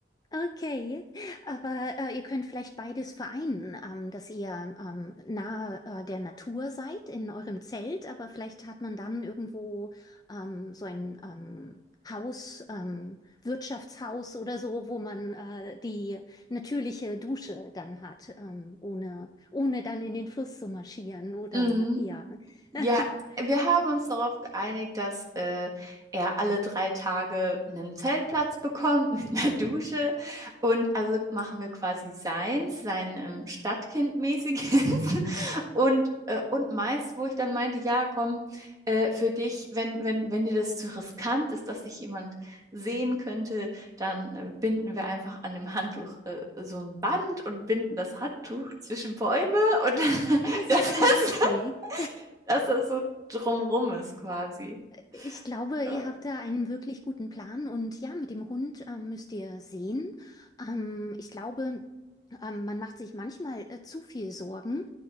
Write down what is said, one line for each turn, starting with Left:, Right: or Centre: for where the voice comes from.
Left: okay. Aber äh, ihr könnt vielleicht beides vereinen, ähm, dass ihr ähm, nahe äh, der Natur seid in eurem Zelt, aber vielleicht hat man dann irgendwo ähm, so ein ähm, Haus, ähm, Wirtschaftshaus oder so, wo man äh, die natürliche Dusche dann hat, ähm, ohne, ohne dann in den Fluss zu marschieren oder
Right: Mhm.
Left: ja.
Right: Ja,
Left: <laughs>
Right: wir haben uns darauf geeinigt, dass äh, er alle drei Tage einen Zeltplatz bekommt mit einer <laughs> Dusche. Und also machen wir quasi seins, sein ähm, Stadtkind-mäßiges <laughs> und, äh, und meins, wo ich dann meinte, ja, komm, äh, für dich, wenn, wenn, wenn dir das zu riskant ist, dass dich jemand sehen könnte, dann äh, binden wir einfach an dem Handtuch äh, so ein Band und binden das Handtuch zwischen Bäume und <laughs>
Left: Das
Right: das
Left: ist so
Right: ist
Left: lustig.
Right: dass das so drumrum ist quasi.
Left: Ich glaube,
Right: Äh,
Left: ihr habt da einen wirklich guten Plan und ja, mit dem Hund ähm, müsst ihr sehen. Ähm, ich glaube, ähm, man macht sich manchmal äh, zu viel Sorgen.